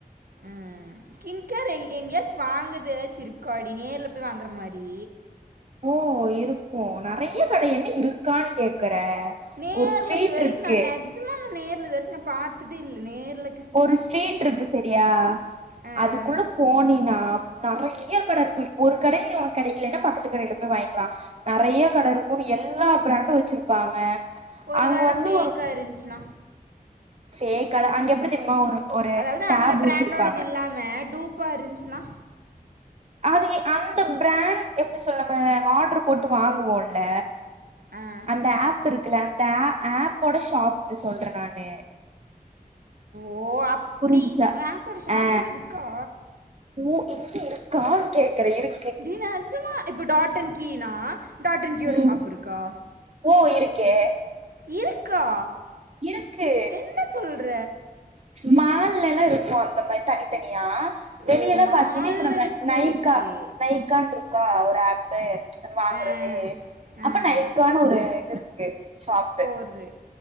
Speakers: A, on the right (about 75°); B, on the right (about 45°).
A: ம் ஸ்கின் கேர் எ எங்கயாச்சு வாங்குற ஏதாச்சு இருக்கா டி நேர்ல இப்ப வாங்குற மாரி
B: ஓ இருக்கு நெறைய கடை என்ன இருக்கான்னு கேக்குற
A: நேர்ல
B: ஒரு ஸ்ட்ரீட்
A: இது வரைக்கு
B: இருக்கு
A: நா நெஜமா நேர்ல இதுவரைக்கு நா பாத்ததே இல்ல நேர்ல
B: ஒரு ஸ்சிட்டு இருக்கு சரியா
A: அஹ்,
B: அதுக்குள்ள போனினா நெறைய கடை இருக்கு ஒரு கடை உனக்கு கெடைக்கலன்னா பக்கத்து கடையில போய் வாங்கிக்கலா நெறைய கடை இருக்கும்ன்னு எல்லா பிராண்டு வச்சிருப்பாங்க
A: ஒருவேள
B: அங்க வந்து
A: ஃபேக்கா இருந்ச்சுனா
B: பேக்கலா அங்க எப்டி தெரியுமா ஒரு ஒரு
A: அதாவது
B: டேப்
A: அந்த பிராண்டோடது
B: வச்சிருப்பாங்க
A: இல்லாம டூப்பா இருந்துச்சுனா
B: அது அந்த ப்ராண்ட் எப்டி சொல்ல நம ஆர்ட்ரு போட்டு வாங்குவோம்ல
A: அஹ்,
B: அந்த ஆப் இருக்குல்ல அந்த ஆ ஆப்போட ஷாப் சொல்றே நானு
A: ஓ அப்டி
B: புரிஞ்சுச்சா
A: ஆப்போட ஷாப்புல்லா
B: ஆ
A: இருக்கா
B: ஓ இன்ன இருக்கான்னு கேக்குற இரு
A: டி நெச்சமா இப்ப டாட்டன் கீனா டாடன் கியோட
B: ம்
A: ஷாப் இருக்கா
B: ஓ இருக்கே
A: இருக்கா
B: இருக்கு
A: என்ன சொல்ற
B: மான்ல எல்லா இருக்கு அந்த மாரி தனி தனியா வெளிய
A: ஓ
B: எல்லா
A: மால்
B: பாத்தீங்கன்னா இப்ப
A: இருக்கும்
B: நைக்கா
A: ஓகே
B: நைக்கானு இருக்கா ஒரு ஆப்பு இது வாங்கறது
A: ஆ
B: அப்ப
A: ஆ
B: நைக்கானு ஒரு இது இருக்கு ஷாப்பு
A: அது